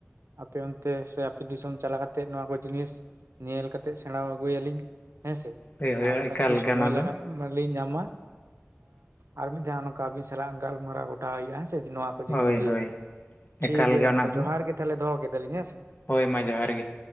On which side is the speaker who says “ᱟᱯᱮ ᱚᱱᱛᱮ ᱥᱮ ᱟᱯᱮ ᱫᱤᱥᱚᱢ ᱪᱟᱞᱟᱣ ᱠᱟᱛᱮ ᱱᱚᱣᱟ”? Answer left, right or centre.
Right